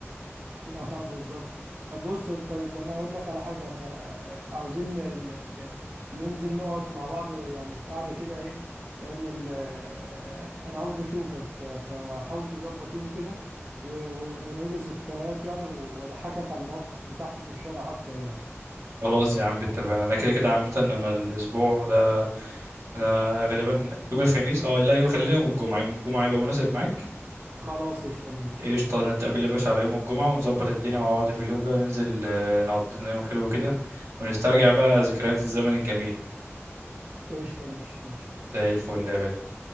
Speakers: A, on the right; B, on the right.
A: اه بالظبط بص طيب انا هقول لك على حاجه انا آه، عاوزين ن- ن- ننزل نقعد مع بعض يعني في قعده كده ايه لان ال- آه، انا عاوز اشوفك فحاول تظبط يوم كده و- و- ونعيد الذكريات يعني واضحكك على المواقف بتاعتي في الشارع اكتر يعني
B: خلاص يا عم اتفقنا أنا كده كده عامة أنا الأسبوع ده أنا غالبا يوم الخميس أه لا يوم خلينا يوم الجمعة يوم الجمعة يبقى مناسب معاك
A: خلاص قشطه ماشي
B: قشطة
A: تمام
B: نتقابل يا باشا على يوم الجمعة ونظبط الدنيا مع بعض في اليوم ده وننزل آه، نقضي لنا يوم حلو كده ونسترجع بقى ذكريات الزمن الجميل
A: قشطه ماشي ماشي
B: زي الفل يا غالي